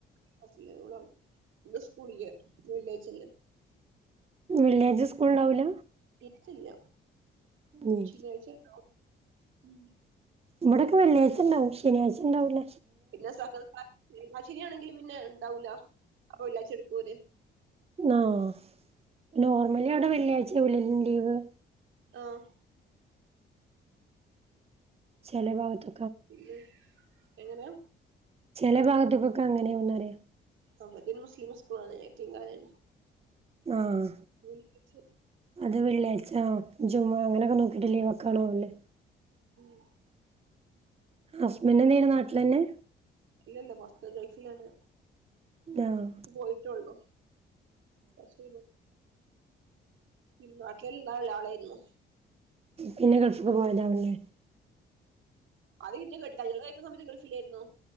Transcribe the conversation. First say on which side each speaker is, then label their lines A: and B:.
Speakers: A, on the right; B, on the right.
A: ക്ലാസില്ലാ <unintelligible> ഇന്ന് സ്കൂള്ല്ല വെള്ളിയാഴ്ചല്ലേ
B: വെള്ളിയാഴ്ച സ്കൂൾണ്ടാവുല
A: ഇച്ചില്ല്യ
B: ഉം
A: ശനിയാഴച്ചണ്ടാവും
B: ഇവടൊക്കെ വെള്ളിയാഴ്ച ണ്ടാവും ശനിയാഴ്ച്ചണ്ടാവുല
A: പിന്നെ <inaudible> രണ്ടാശനിയാണെങ്കിൽ പിന്നെ ഇണ്ടാവൂല അപ്പൊ വെള്ളിയാഴ്ച എടുക്കും ഓല്
B: ആഹ് നോർമലി അവിടെ വെള്ളിയാഴ്ച ആവൂല്ലെ ലീവ്
A: ആഹ്
B: ചെല ഭാഗത്ത്
A: പിന്നെ എങ്ങനാ
B: ചെല ഭാഗത്ത്ക്കൊക്ക അങ്ങനെയാന്നറിയ
A: സംഭവം ഇത് ഒരു മുസ്ലിം സ്കൂളാണ് യത്തീംകാനേണ്
B: ആഹ്
A: <unintelligible> ച്ച്
B: അത് വെള്ളിയാഴ്ച്ച ജുമ അങ്ങനൊക്കെ നോക്കിട്ട് ലീവ്ക്കാണോല്ലേ
A: ഉം
B: ഹസ്ബൻഡ് എന്ത്യ്യ്ണ് നാട്ട്ലന്നെ
A: അല്ലല്ല പൊറത്ത് ഗൾഫിലാണ്
B: ആഹ്
A: ഇപ്പ പോയിട്ടൊള്ളു കൊറച്ച് നാട്ടിൽ ഇളള ലാളേര്ന്നു
B: പിന്നെ ഗൾഫ്ക്ക് പോയതാവും ലേ
A: അത് ഇന്നെ കേട്ട കല്യാണംകഴിക്ക്ണ സമയത്ത് ഗൾഫിലേര്ന്നു